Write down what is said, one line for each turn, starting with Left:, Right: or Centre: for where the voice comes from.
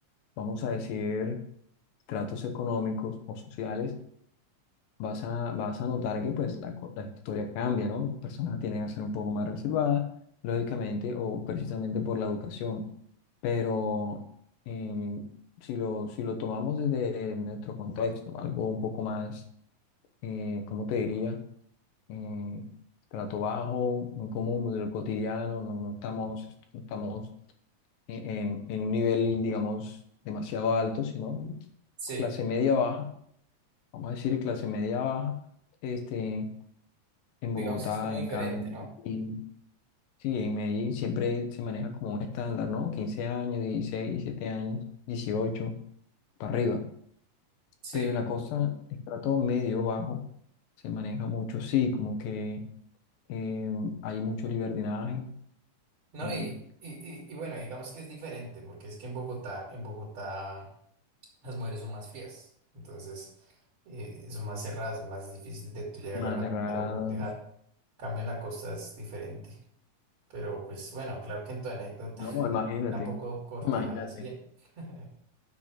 Left: vamos a decir, tratos económicos o sociales, vas a, vas a notar que pues la, co- la historia cambia, ¿no? Personas tienen a ser un poco más reservadas, lógicamente, o precisamente por la educación. Pero eh, si lo, si lo tomamos desde nuestro contexto, algo un poco más, eh, ¿cómo te diría? Eh, trato bajo, muy común, de lo cotidiano, no, no estamos, no estamos en, en en un nivel, digamos, demasiado alto, sino
Right: sí,
Left: clase media baja, vamos a decir clase media baja, este, en
Right: digamos
Left: Bogotá,
Right: que es como
Left: en
Right: diferente,
Left: Cali, en
Right: ¿no?
Left: Medellín. Sí, en Medellín siempre se maneja como un estándar, ¿no? quince años, 16 17 años, 18 para arriba.
Right: Sí,
Left: Pero en la costa, el trato medio bajo se maneja mucho, sí, como que eh, hay mucho libertinaje,
Right: no,
Left: eh,
Right: y, y, y, y bueno, digamos que es diferente porque es que en Bogotá, en Bogotá las mujeres son más frías, entonces eh, son más cerradas, más difícil de tú llegarle
Left: más
Right: a una
Left: cerradas.
Right: mujer o cortejar. Cambio en la costa es diferente, pero pues bueno, claro que en tu anécdota
Left: No,
Right: <laughs>
Left: imagínate,
Right: tú tampoco cortejadas
Left: imagínate.
Right: bien.
Left: <laughs>
Right: <laughs>